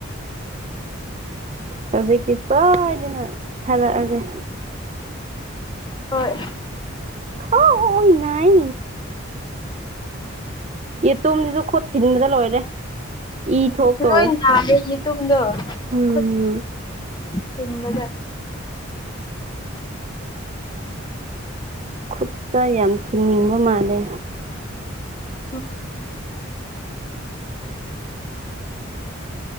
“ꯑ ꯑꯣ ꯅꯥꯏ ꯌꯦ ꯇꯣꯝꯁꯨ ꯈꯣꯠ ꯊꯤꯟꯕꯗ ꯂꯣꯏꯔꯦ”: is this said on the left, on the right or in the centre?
Right